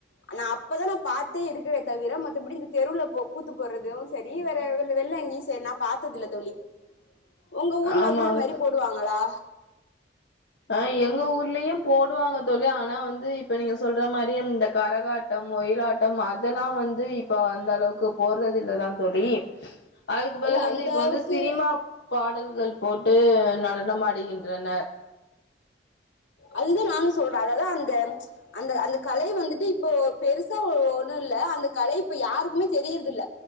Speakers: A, on the left; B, on the left.
A: ஆனா அப்பதான் நான் பாார்த்தே இருக்கிறே தவிர மத்தபடி தெருவுல போ கூத்து போட்றது சரி வேற வெ வெளில எங்கயும் சரி நான் பார்த்து இல்ல தோழி உங்க ஊர்ல
B: ஆமாங்க
A: வந்து இது மாதிரி போடுவாங்களா
B: ஆஹ் எங்க ஊர்லயும் போடுவாங்க தோழி ஆனா வந்து இப்ப நீங்க சொல்ற மாதிரி இந்த கரகாட்டம் ஒயிலாட்டம் அதெல்லாம் வந்து இப்ப அந்த அளவுக்கு போடுறது இல்லதா தோழி அதுக்கு பதில்
A: இல்ல
B: வந்து
A: அந்த
B: இப்போ
A: அளவுக்கு
B: வந்து சினிமா பாடல்கள் போட்டு நடனமாடுகின்றனர்
A: அதுதா நானும் சொல்றே அததா அந்த அந்த அந்த கலை வந்துட்டு இப் இப்போ பெருசா ஒண்ணு இல்ல அந்த கலைப்பு யாருக்குமே தெரியறத இல்ல